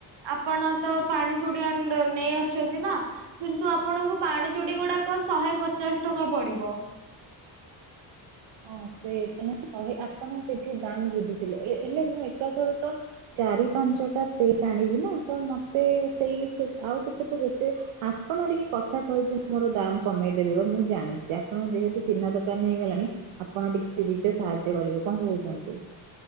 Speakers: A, on the right (about 70°); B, on the right (about 85°).
A: ଆପଣ ତ ପାଣି ଚୁଡି ଆଣ୍ଡ ନେଇ ଆସିଛନ୍ତି ନା କିନ୍ତୁ ଆପଣଙ୍କୁ ପାଣି ଚୁଡି ଗୁଡାକ ଶହେ ପଚାଶ୍ ଟଙ୍କା ପଡିବ।
B: ହଁ ସେ ମାନେ ଶହେ ଆପଣ ସେଠି ଦାମ୍ ବୁଝିଥିଲେ ଏ ଏଲେ ମୁଁ ଏକାଥରେ ତ ଚାରି ପାଞ୍ଚ ଟା ସେଟ୍ ଆଣିବି ନା ତ ମତେ ସେଇ ସେ ଆଉ ଟିକେ ତ ଯେତେ ଆପଣ ଟିକେ କଥା କହିକି ମୋର ଦାମ୍ କମେଇଦେବେ ବା ମୁଁ ଜାଣିଛି, ଆପଣ ଯେହେତୁ ଚିହ୍ନା ଦୋକାନୀ ହେଇଗଲାଣି ଆପଣ ଟିକେ ଯିବେ ସାହାଯ୍ୟ କରିବେ କଣ କହୁଛନ୍ତି?